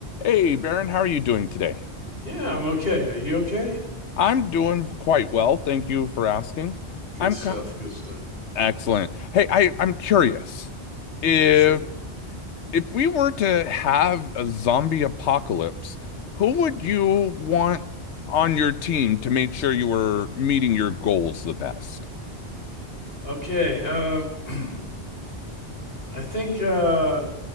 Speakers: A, on the left (about 85°); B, on the left (about 60°).
A: Hey, Baron, how are you doing today?
B: Yeah, I'm okay. Are you okay?
A: I'm doing quite well, thank you for asking.
B: Good
A: I'm
B: stuff.
A: co-
B: Good stuff.
A: excellent. Hey, I, I'm curious. If
B: Sure.
A: if we were to have a zombie apocalypse, who would you want on your team to make sure you were meeting your goals the best?
B: Okay. Um, <clears throat> I think uh,